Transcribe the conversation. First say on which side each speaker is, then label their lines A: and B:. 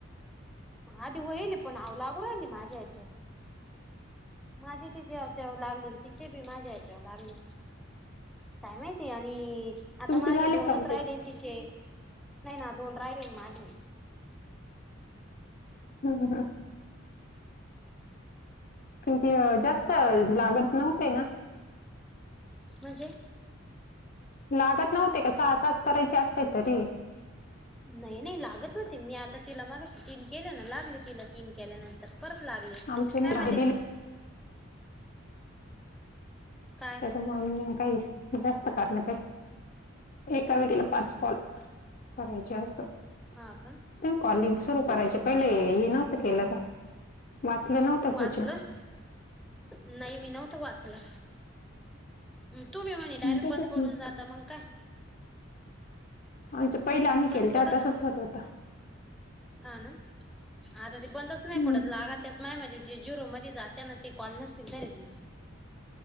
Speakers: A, in the centre; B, on the left (about 45°).
A: आधी होईल पण ह लागू राली माझ्या या्याच माझे तिचे हचाव लागले तिचे बी माझे याचाव लागले काय माहिती आणि आता
B: तुमचे
A: माझे
B: झाले
A: दोनच
B: कम्प्लीट
A: राहिले तिचे नाही ना दोन राहिले माझे
B: हम् ह. किि जास्त लागत नव्हते ना.
A: म्हजे
B: लागत नव्हते का सहा सास करायचे असते तरी
A: नाही नाही लागत होते मी आता तिला मागाशी तीन केले ना लागले तिला तीन केल्यानंतर परत लागले
B: आमचे ना
A: नाही म
B: हे
A: ते
B: दिले
A: काय?
B: काही जास्त कारण आहे एका व तला पाच पॉल करायचे अस प
A: हा का
B: कॉलिंग सुरू
A: काय
B: करायचे पहिले हे नवते. केलं का वाचलं नव्हत
A: वाचलं
B: तूच
A: नाही मी न होत वाचलं. तुम्ही म्हणे डायरेक्ट
B: त्याच्यात
A: बंद पडून
B: मग
A: जात मग काय?
B: आम पहिले आम्ही
A: बंद
B: खेळतात
A: पडत
B: तसंच होत होत.
A: हा ना आता ते बंदच
B: हम्म.
A: नाही पडत लागा त्या माय मध्ये जे जुरो मध्ये जातना ते कॉल नसधरत ना.